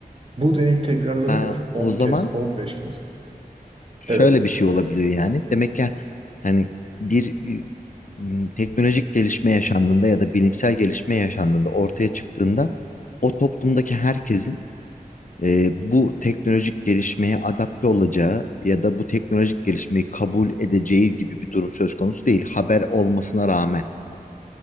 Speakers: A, on the right; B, on the left.
A: Bu deney tekrarlanıyor
B: Ha, o
A: 10
B: zaman
A: kez, 15 kez.
B: Şöyle
A: Evet.
B: bir şey olabiliyor yani. Demek ki hani bir e, m, teknolojik gelişme yaşandığında ya da bilimsel gelişme yaşandığında ortaya çıktığında o toplumdaki herkesin e, bu teknolojik gelişmeye adapte olacağı ya da bu teknolojik gelişmeyi kabul edeceği gibi bir durum söz konusu değil. Haber olmasına rağmen.